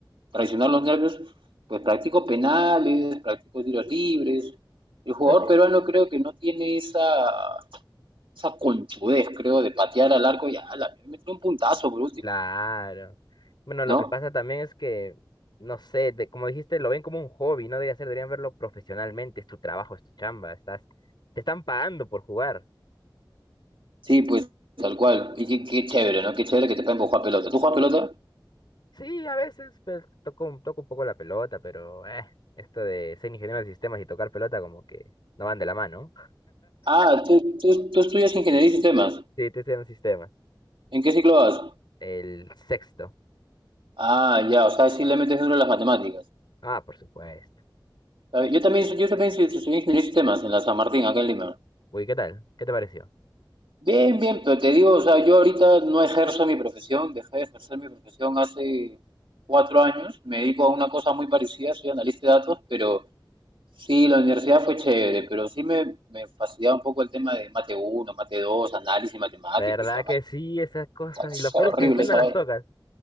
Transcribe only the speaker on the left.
Pero sí,
Claro. Bueno, lo
que pasa también es que, no sé, de, como dijiste, lo ven como un hobby, no debería ser, deberían verlo profesionalmente, es tu trabajo, es tu chamba, estás, te están pagando por jugar.
Sí, a veces, pues, toco, un- toco un poco la pelota, pero, eh, esto de ser ingeniero de sistemas y tocar pelota como que no van de la mano.
Sí, te estoy en sistemas.
El sexto.
Ah, por supuesto.
Uy, ¿qué tal? ¿Qué te pareció?
¿Verdad
que sí, esas cosas?
Y lo peor
es que después
no las
tocas.